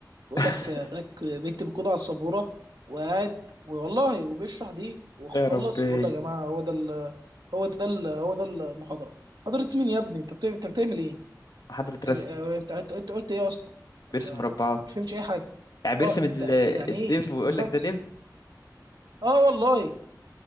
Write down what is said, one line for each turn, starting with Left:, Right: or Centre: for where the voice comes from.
Right: ويقول
Left: <laughs>
Right: لك آه، ده ك- بيكتب كود على السبوره وقاعد والله وبيشرح دي وخلص
Left: يا ربي
Right: والله يا جماعه هو ده ال- هو ده ال- هو ده المحاضره محاضره مين يا ابني انت بتعمل انت بتعمل ايه
Left: محاضرة
Right: آه،
Left: رسم
Right: انت انت أنت قلت ايه اصلا انت
Left: بيرسم
Right: يعني
Left: مربعات
Right: أنا مش فهمتش اي حاجه
Left: يعني بيرسم
Right: اه
Left: ال-
Right: انت يعني
Left: الديف
Right: ايه
Left: ويقول
Right: بالظبط
Left: لك ده ديف
Right: اه والله